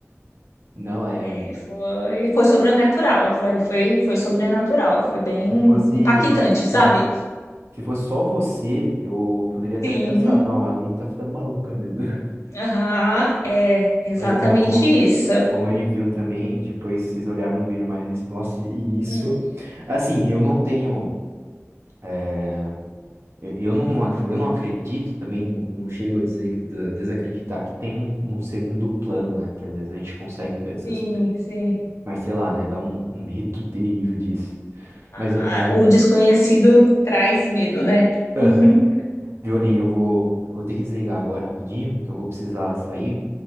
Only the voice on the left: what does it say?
É, foi, foi sobrenatural, aquilo ali foi, foi sobrenatural, foi bem
impactante, sabe?
Sim,
aham, é exatamente
isso.
Hum,
foi.
Sim,
sim.
a-
o desconhecido traz medo, né?
Uhum.